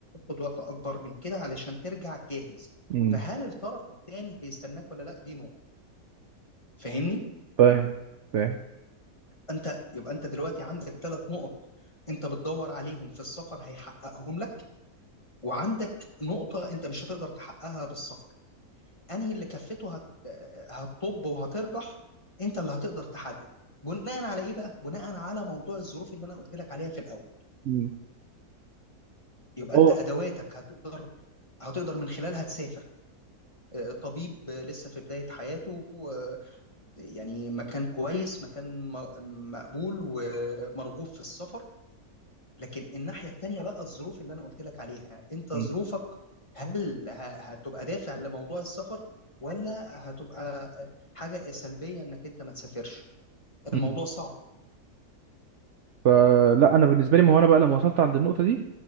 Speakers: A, on the left; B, on the right.
A: تاخد وقت اكبر من كده علشان ترجع جاهز
B: امم
A: فهل الطرف الثاني هيستناك ولا لا دي نقطة فاهمني
B: فاهم فاهم
A: انت يبقى انت دلوقتي عندك ثلاث نقط انت بتدور عليهم في السفر هيحققهم لك وعندك نقطة انت مش هتقدر تحققها بالسفر انهي اللي كفته هت... هتطب وهترجح انت اللي هتقدر تحدد بناء على ايه بقى بناء على موضوع الظروف اللي انا قلت لك عليها في الاول
B: مم.
A: يبقى
B: هو
A: انت ادواتك هتقدر هتقدر من خلالها تسافر آه، طبيب آه، لسه في بداية حياته آه، يعني مكان كويس مكان م- مقبول ومرغوب في السفر لكن الناحية التانية بقى الظروف اللي أنا قلت لك عليها أنت ظروفك
B: امم
A: هل ه- هتبقى دافع لموضوع السفر ولا هتبقى حاجة سلبية إنك أنت ما تسافرش
B: امم
A: الموضوع صعب
B: فلا انا بالنسبه لي ما هو انا بقى لما وصلت عند النقطه دي